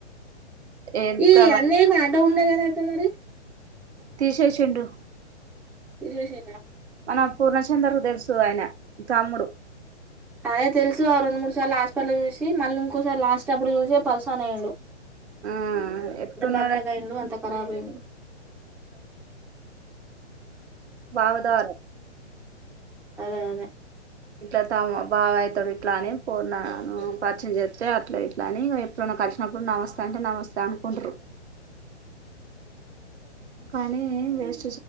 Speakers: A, on the right; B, in the centre.
A: ఎంత
B: ఈ
A: మం
B: అన్నయకి ఆటో ఉండేయి గదా అక్క మరి
A: తీసేసిండు
B: తిశేశిండా
A: మన పూర్ణచంద్ర కు తెలుసు ఆయన తమ్ముడు
B: అదే తెలుసు ఆ రెండు మూడు సార్లు హాస్పిటల్ చూసి మళ్ళీ ఇంకోసారి లాస్ట్ అప్పుడు చూసే పల్స అన్ అయ్యండు
A: ఆ ఎట్టున్నాడు
B: అంత బక్కగాయిండు అంత కరాబ అయిండు
A: భవదార
B: అదే అదే
A: ఇట్లా తము బావ యయితడు ఇట్లా అనే పోరున నను పరిచయం చేస్తే అట్లా ఇట్లా అని ఎప్పుడైనా కలిసినప్పుడు నమస్తే అంటే నమస్తే అనుకుంటరు పనీ వేస్ట్